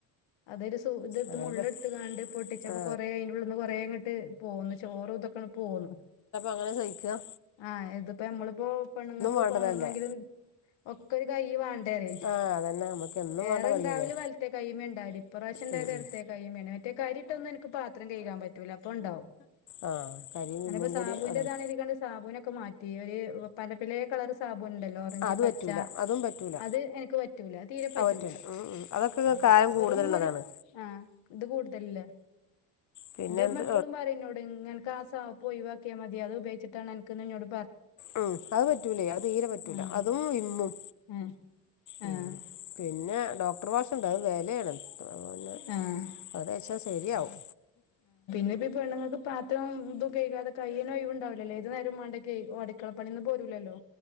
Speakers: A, on the left (about 65°); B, on the left (about 40°).
A: അതൊരു സു ഇതെടുത്ത്
B: അങ്ങനെയൊക്കെ
A: മുള്ള് എടുത്ത് കാണ്ട് പൊട്ടിച്ചപ്പോ
B: ആ
A: കോറേ അയിന്റെള്ളിന്ന് കോറേ ഇങ്ങോട്ട് പോകുന്നു ചോറും ഇതക്ക്ണു പോന്നു
B: എങ്ങനെ സയിക്ക
A: ആ ഇതിപ്പോ നമ്മളിപ്പോ പെണുങ്ങൾക്ക്
B: വേണ്ടതല്ലേ
A: പോറണെങ്കിലും ഒക്കെ ഒരു കൈയിവാണ് ട്ടരേ
B: ആ അതന്നെ നമുക്ക് എന്നും
A: ഏറെണ്ടാവല്
B: വേണ്ട പതിയല്ലേ
A: വലത്തെ കൈ മേണ്ടാവല് ഇപ്രാശം എന്താലും
B: ഉം ഉം
A: എടത്തെ കൈമേ മറ്റേ കരിട്ടൊന്നുംനിക്ക് പാത്രം കഴുകാൻ പറ്റൂല അപ്പൊണ്ടാവും
B: ആ കരിയും
A: ഞാനിപ്പ
B: വിമ്മും
A: സാബൂന്റെ
B: കൂടി അതാണ്
A: ഇതാണ് ഇരിക്കണ്ട് സാബൂനെ ക്കെമാറ്റി ഒര് പലെ പലെ കളർ സാ പ്പൊ ണ്ടല്ലോ ഓറഞ്ച്
B: അത്
A: പച്ച
B: പറ്റൂല അതും പറ്റൂല
A: അത് എനിക്ക് പറ്റൂല തീരെ പറ്റൂല
B: അത് ഉം ഉം അതൊക്കെ കായം കൂടുതലുള്ളതാണ്
A: റൂമ് ഒരു ആഹ് ദ് കൂടുതലില്ലേ
B: പിന്നെ
A: ന്റെ
B: എന്ത്
A: മ്മ എപ്പളും പറയും ഇന്നോട് നക്ക് ആ സാ പ്പ് ഒയിവാക്കിയാ മതി അത് ഉപയോഗിച്ചിട്ടാണ് അനക്ക് ഇന്നോട്
B: ഉം അത് പറ്റൂലേ അത് തീരെ പറ്റൂല
A: ഉം
B: അതും വിമ്മും
A: ഉം
B: ഉ
A: ആഹ്
B: പിന്നെ ഡോ ണ്ട അത് വെലയാണ് അപ്പ പിന്നെ
A: ആഹ്
B: അത് തെച്ചാ ശെരിയാവും
A: നേബി പെണ്ണ്ങ്ങക്ക് പാത്രം ദും കൈകാത കൈന് ഒഴവുണ്ടാവില്ലല്ലോ ഏത് നേരം മണ്ടെ കൈ അടുക്കളപ്പണീന്ന് പോരൂലല്ലോ